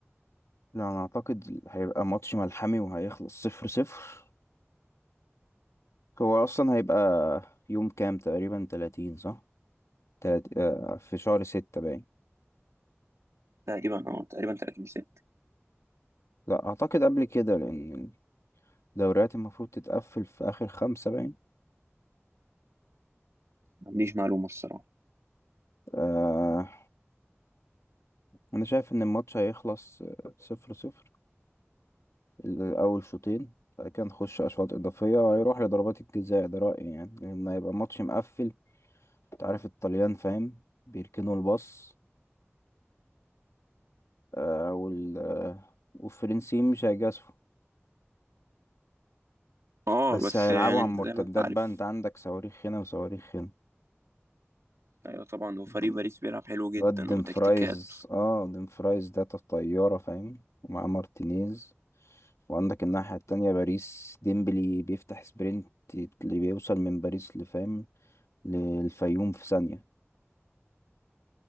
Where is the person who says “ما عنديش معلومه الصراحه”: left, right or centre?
Right